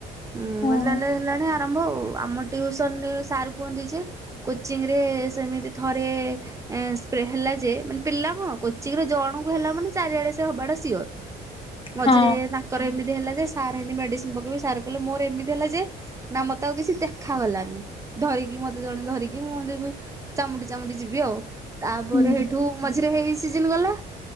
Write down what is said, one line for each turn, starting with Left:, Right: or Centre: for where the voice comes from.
Right: ହୁଁ ମୁଁ
Left: ହଁ।
Right: କହିଲି ହେଲାଣି ଆରମ୍ଭ ଆଉ ଆମସନ ସ କୁହନ୍ତି ଯେ କୋଚିଂ ରେ ସେମିତି ଥରେ ସ୍ପେରେ ହେଲା ଯେ ମାନେ ପିଲା କଣ କୋଚିଂରେ ଜଣଙ୍କୁ ହେଲା ମାନେ ଚାରିଆଡେ ହବାଟା ସିଓର ମଝିରେ
Left: ହଁ
Right: ତାଙ୍କର ଏମିତି ହେଲା ଯେ ସାର ଏମିତି ମେଡିସିନ ପକେଇବେ ସାର୍ କହିଲେ ମୋର ଏମିତି ହେଲା ଯେ ନା ମତେ ଆଉ କିଛି ଦେଖାଗଲାନି। ଧରିକି ମତେ ଜଣେ ଧରିକି ମୁହଁ ଦେ ଚାମୁଡି ଚାମୁଡି ଯିବି ଆଉ ତାପରେ
Left: ହୁଁ
Right: ହେଇଠୁ ମଝିରେ ହେଇ ସିଜନ୍ ଗଲା।